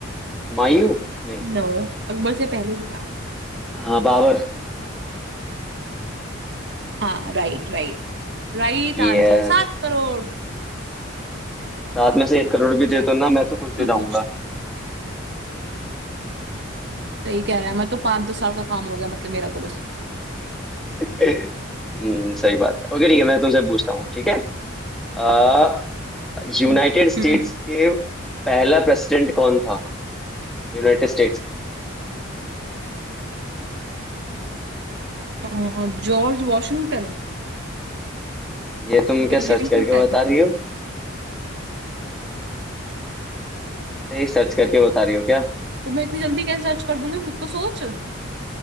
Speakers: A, in the centre; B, on the right.
A: हुमायूं नहीं
B: नो अकबर से पहले भी था
A: हाँ बाबर
B: हाँ right right Right
A: यस
B: answer सात crore
A: साथ में से एक करोड़ भी
B: चल
A: दे दो ना मैं तो खुश
B: तू
A: हो जाऊंगा
B: पूछ सही कह रहा है मैं तो पांच दो साल का काम हो गया मतलब मेरा तो बस
A: हम्म, सही बात है ओके ठीक है मैं तुमसे पूछता हूँ ठीक है अ, यूनाइटेड
B: हम्म
A: स्टेट्स
B: हम्म
A: के पहला प्रेसिडेंट कौन था यूनाइटेड स्टेट्स का
B: अ, George Washington
A: ये तुम क्या
B: विलिंगटन
A: सर्च करके बता रही हो बेटा ये सर्च करके बता रही हो क्या
B: तो मैं इतनी जल्दी कैसे सर्च कर दूंगी खुद तो सोच